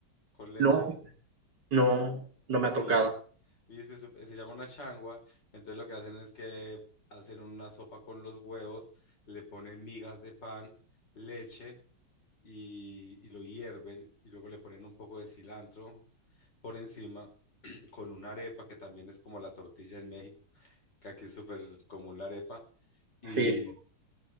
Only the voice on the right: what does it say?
No,
no, no me ha
tocado.
Sí, sí.